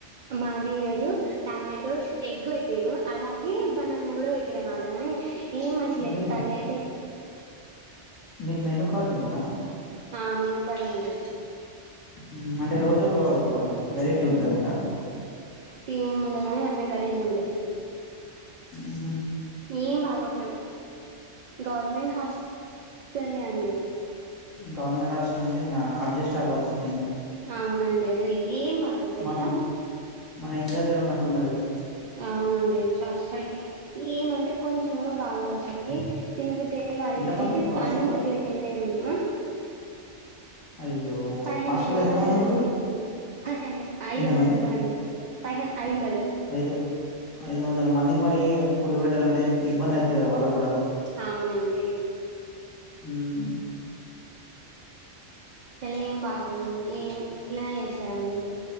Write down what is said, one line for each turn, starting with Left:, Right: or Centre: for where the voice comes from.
Right: మాది ఈరోజు టమాటోస్ ఎగ్ పె ట్టిర్రు అలాగే బనానా కూడా పెట్టి ర్రుఅనమాట కాని ఏం మంచిలేదు
Left: మీకు
Right: కర్రి అయితే.
Left: మీకు మెనూ కార్డు ఉంటదా.
Right: ఆ మెనూ కార్డే ఉంటది.
Left: ఉమ్ అంటే రోజు ఒక వెరైటి ఉంటదన్నట.
Right: ఏమ్ ఉన్నగాని అట్లనే గలీజ్గా ఉంటది.
Left: ఉహు.
Right: ఏం బాగోట్లేవు గవర్నమెంట్ హాస్ టలె అండి.
Left: గవర్నమెంట్ హాస్టల్ అంటే ఇంగా అడ్జస్ట్ అవవాల్సిందే ఇంకా.
Right: అవునండి అసలు ఏం బాగోదు తెలుసా.
Left: మన మన ఇంటి దగ్గర ఉన్నట్టు ఉండదు కదా.
Right: అవునండి చ అస్సల్కే, ఏమంటే కొంచెం కూడా బాగోదు అసలుకి తినబుద్ధె ఏ కాలె
Left: ఎంత
Right: ఈ రోజు
Left: మంది
Right: అయితే
Left: ఉంటారు హాస్టల్లో
Right: అన్నం సరిగ్గా తినలేము ఆ
Left: అయ్యో
Right: ఫైవ్ హండ్రెడ్
Left: హాస్టల్లో
Right: మెంబర్స్
Left: ఎంత మంది
Right: ఉందండి,
Left: ఉంటారు
Right: ఫైవ్ హండ్రెడ్ ఐదు
Left: ఎంతమంది
Right: వందలు ఉంటారుండి. ఫైవ్ ఐదొందలు.
Left: ఐదు ఐదు వందల మందికి మరి ఫుడ్ పెట్టాలంటే ఇబ్బంది అయితది కదా వాళ్ళకి కూడా.
Right: అవునండి.
Left: ఉమ్.
Right: అస్సలెం బాగో దు ఏమ్ ఇట్లనే చేస్తారాళ్లు.